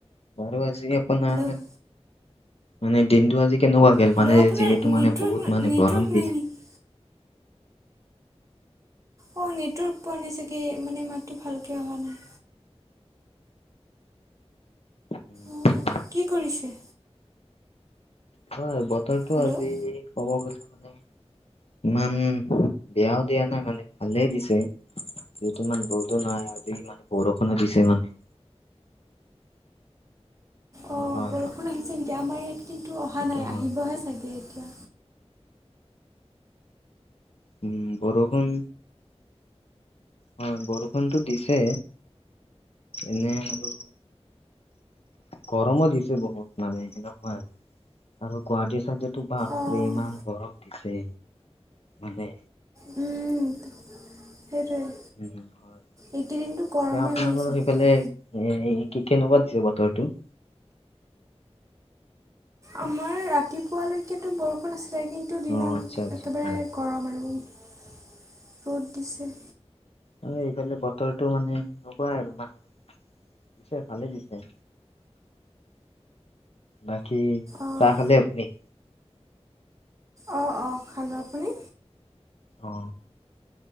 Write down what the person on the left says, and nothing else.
বাৰু আ আপোনাৰ
মানে দিনটো আজি কেনেকুৱা গল
মানে
যিহেতু মানে
বহুত মানে
গৰম দিন?
হয়
হয় বতৰটো
আজি কমৰ গৈছে মানে ইমান বেয়াও দিয়া নাই মানে ভালেই দিছে যিহত ইমান ৰদো নাই আজি মানে বৰষুণত দিছে মানে।
হয়
হয়।
সেইটো
হয়
উম, বৰষুণ হয় বৰষুণটো দিছে। এনেই আৰু। গৰমো দিছে বহুত মানে সেনেকুৱা আৰু আৰু গুৱাহাটীৰ চাইডত টো বাপৰে
ইমান গৰম দিছে মানে
উম, হয়।
এ আপোনালৰ
সেইফালে
এ কি কেনেকুৱা দিছে বতৰটো?
অ আচ্ছা আচ্ছা
হয়
আৰু এইফালে বতৰটো মানে এনেকুৱাই আৰু মানে দিছে ভালে দিছে, বা কি
চাহ খালে আপুনি?
অঁ।